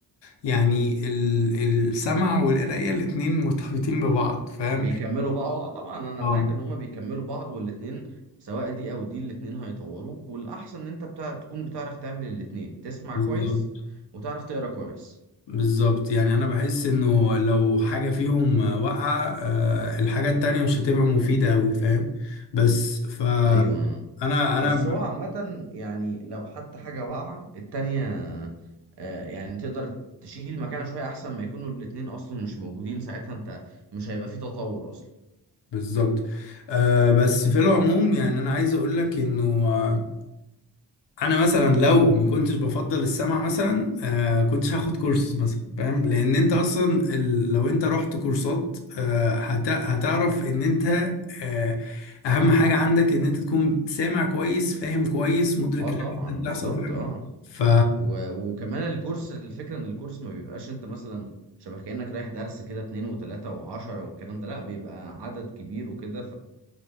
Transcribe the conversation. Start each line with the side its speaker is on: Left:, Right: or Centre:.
Left: يعني ال- السمع والقراية الاتنين مرتبطين ببعض فاهم
Right: بيكملوا بعض آه، طبعا انا
Left: اه
Right: معاك ان هما بيكملوا بعض والاتنين سواء دي او دي الاتنين هيطوروك والاحسن ان انت بتاع تكون بتعرف تعمل الاتنين تسمع
Left: بالظبط
Right: كويس وتعرف تقرا كويس
Left: بالظبط يعني انا بحس انه لو حاجة فيهم واقعة آه الحاجة التانية مش هتبقى مفيدة اوي فاهم بس ف
Right: ايوه
Left: انا انا
Right: بس هو عامة يعني لو حتى حاجة واقعة التانية آه، يعني تقدر تشيل مكانها شوية أحسن ما يكونوا الاتنين أصلا مش موجودين ساعتها أنت مش هيبقى فيه تطور أصلا
Left: بالظبط آه بس في العموم يعني انا عايز اقول لك انه آه انا مثلا لو ما كنتش بفضل السمع مثلا آه كنتش هاخد كورسز مثلا فاهم لان انت اصلا ال... لو انت رحت كورسات آه هت... هتعرف ان انت آه اهم حاجة عندك ان انت تكون سامع كويس فاهم كويس مدرك
Right: أه طبعا
Left: الحاجات اللي بتحصل
Right: بالظبط
Left: فاهم
Right: أه
Left: ف
Right: و- وكمان الكورس الفكرة إن الكورس ما بيبقاش أنت مثلا شبه كأنك رايح درس كده اتنين وتلاتة وعشرة والكلام ده لأ بيبقى عدد كبير وكده